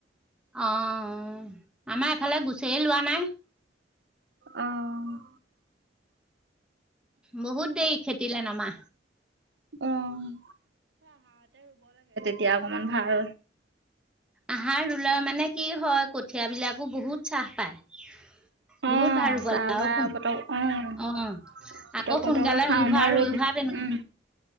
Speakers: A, in the centre; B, on the right.
A: অ'। আমাৰ এফালে গুচেই লোৱা নাই।
B: অ'।
A: বহুত দেৰি খেতিলে নমা।
B: অ', এতিয়া অকমান ভাল
A: আহাৰত ৰুলে মানে কি হয়, কঠীয়াবিলাকো বহুত ছাহ পায়।
B: অ',
A: বহুত ভাল ৰুবলে।
B: চাহ
A: আৰু
B: বাহ
A: সোন-
B: পতক অ',
A: অ'
B: পতক
A: আকৌ
B: পতকে
A: সোনকালে
B: শাওনৰ
A: ৰুই হোৱা -
B: ৰুল
A: ৰুই হোৱাত
B: উম।